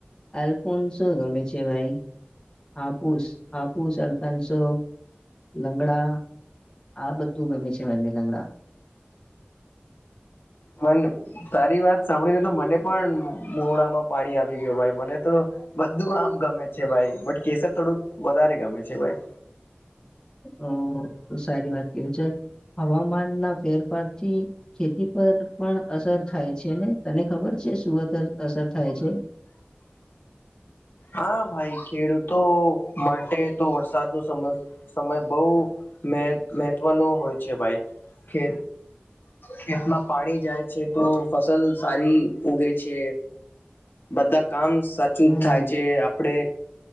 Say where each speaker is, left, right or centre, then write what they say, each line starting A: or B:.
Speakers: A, on the left; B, on the left.
A: આલ્ફોન શો ગમે છે ભાઈ. હાપૂસ હાપૂસ અલ્ફન્સો લંગડા આ બધું ગમે છે મને લંગડા
B: પણ તારી વાત સાંભળીને તો મને પણ મોડામાં પાણી આવી ગયું ભાઈ મને તો બધું આમ ગમે છે ભાઈ બટ કેસર થોડુંક વધારે ગમે છે ભાઈ.
A: ઓ તો સારી વાત કરી છે હવામાન ના ફેરફાર થી ખેતી પર પણ અસર થાય છે ને. તને ખબર છે સુરત અસર થાય છે.
B: હા ભાઈ ખેડૂતો માટે તો વરસાદ નુ સમ સમય બઉ મેં મહત્વનો હોય છે ભાઈ કે ખેતમાં પાણી જાય છે તો ફસલ સારી ઉગે છે. બધા કામ સાચું
A: હમ
B: જ થાય. છે આપડે